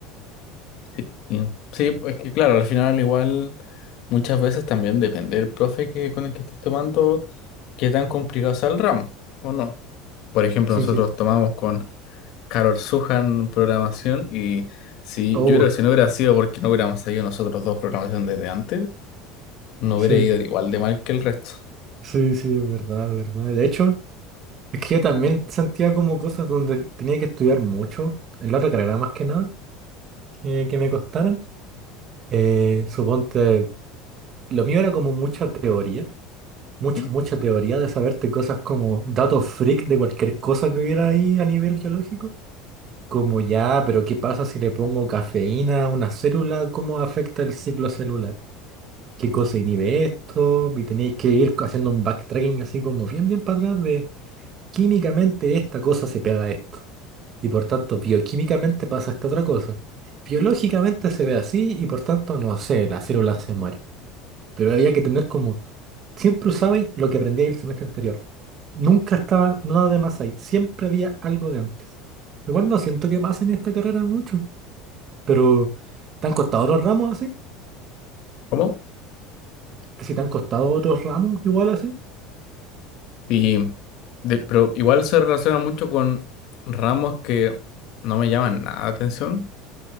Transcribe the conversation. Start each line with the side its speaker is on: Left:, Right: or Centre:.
Left: Sí, sí. Sí, es que claro, al final igual muchas veces también depende del profe que, con el que estés tomando, qué tan complicado sea el ramo o no. Por ejemplo,
Right: Sí,
Left: nosotros
Right: sí.
Left: tomamos con Carol Sujan programación y si
Right: Oh,
Left: yo creo que si no hubiera sido porque no hubiéramos seguido nosotros dos programación desde antes, no
Right: sí.
Left: hubiera ido igual de mal que el resto.
Right: Sí, sí, es verdad, es verdad. De hecho... Es que yo también sentía como cosas donde tenía que estudiar mucho, en la otra carrera más que nada, que, que me costaran. Eh, suponte, lo mío era como mucha teoría, mucha,
Left: ¿Mm?
Right: mucha teoría de saberte cosas como datos freak de cualquier cosa que hubiera ahí a nivel biológico. Como ya, pero ¿qué pasa si le pongo cafeína a una célula? ¿Cómo afecta el ciclo celular? ¿Qué cosa inhibe esto? Y tenéis que ir haciendo un backtracking así como bien, bien para atrás de químicamente esta cosa se pega a esto. y por tanto bioquímicamente pasa esta otra cosa. Biológicamente se ve así y por tanto, no sé, la célula se muere. Pero había que tener como, siempre usabais lo que aprendí el semestre anterior. Nunca estaba nada de más ahí, siempre había algo de antes. Igual no siento que pase en esta carrera mucho, pero ¿te han costado otros ramos así?
Left: ¿Cómo?
Right: ¿Que si te han costado otros ramos igual así?
Left: Y de- pero igual se relaciona mucho con ramos que no me llaman nada la atención,